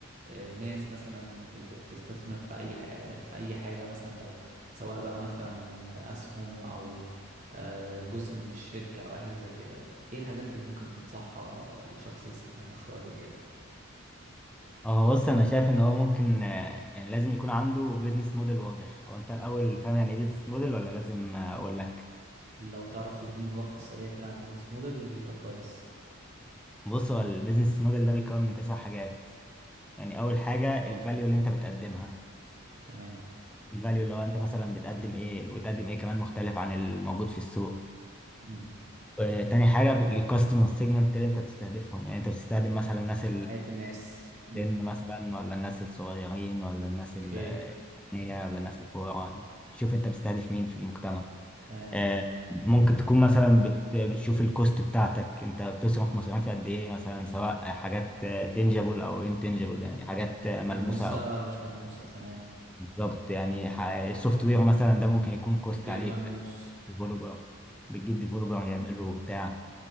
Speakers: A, on the right (about 35°); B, in the centre.
A: آه، ناس مثلا ت- ت- تستثمر في اي ح- آه، في اي حاجه مثلا لو سواء بقى مثلا اسهم او آه، جزء من الشركه او اي حاجه زي كده ايه الحاجات اللي ممكن تنصحها لشخص لسه فاتح مشروع زي كده
B: اه بص انا شايف ان هو ممكن آه، يعني لازم يكون عنده بيزنس موديل واضح هو انت الاول فاهم يعني ايه بيزنس موديل ولا لازم آه، اقول لك
A: لو تعرف تديه ملخص سريع كده عن البيزنس موديل يبقى كويس
B: بص هو البيزنس موديل ده بيتكون من تسع حاجات يعني اول حاجه الفاليو اللي انت بتقدمها
A: تمام
B: الفاليو اللي هو انت مثلا بتقدم ايه وتقدم ايه كمان مختلف عن الموجود في السوق
A: امم
B: آه، تاني حاجه الكاستمر سيجمنت اللي انت بتستهدفهم يعني انت بتستخدم مثلا الناس
A: نوعيه الناس امم
B: سن مثلا ولا الناس الصغيرين ولا الناس ال-
A: اوكي
B: الأغنياء ولا الناس الفقراء انت شوف انت مستهدف مين في المجتمع
A: تمام
B: آه، ممكن تكون مثلا بت- بتشوف الكوست بتاعتك انت بتصرف مصاريف قد ايه مثلا سواء حاجات تنجبل او انتنجبل يعني حاجات آه،
A: ملموسه
B: ملموسه او
A: ولا مش ملموسه تمام
B: بالظبط يعني السوفت وير مثلا ده ممكن يكون كوست
A: غير
B: عليك
A: ملموس
B: ديفلوبر بتجيب ديفلوبر
A: مم.
B: يعمله بتاع